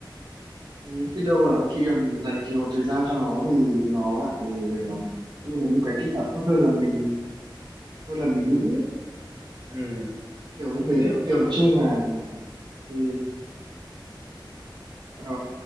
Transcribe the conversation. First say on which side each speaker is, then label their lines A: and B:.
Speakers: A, on the right; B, on the right.
A: Ừ, biết đâu là khi mà mình dành nhiều thời gian cho nó thì nó lại ờ, đưa đến một cái kết quả tốt hơn là mình hơn là mình nghĩ
B: ừ
A: kiểu như
B: Tường
A: thế
B: hiểu
A: kiểu nói chung là ừ, ờ,